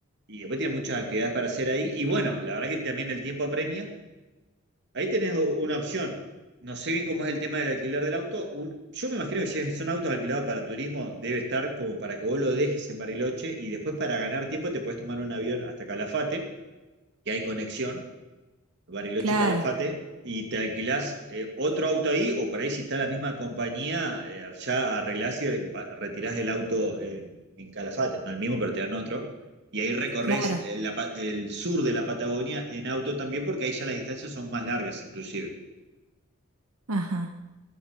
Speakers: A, on the right; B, on the right.
A: Y después tienes muchas actividades para hacer ahí. Y bueno, la verdad que también el tiempo apremia. Ahí tenés o- una opción. No sé bien cómo es el tema del alquiler del auto. Un- yo me imagino que si son autos alquilados para turismo, debe estar como para que vos lo dejes en Bariloche y después para ganar tiempo te podés tomar un avión hasta Calafate, que hay conexión. Bariloche
B: Claro,
A: Calafate, y te alquilás eh, otro auto ahí, o por ahí si está la misma compañía, eh, ya arreglás y eh, pa- retirás el auto en, en Calafate, no el mismo, pero te dan otro. Y ahí recorres
B: claro.
A: eh, la pa- el sur de la Patagonia en auto también, porque ahí ya las distancias son más largas, inclusive.
B: Ajá.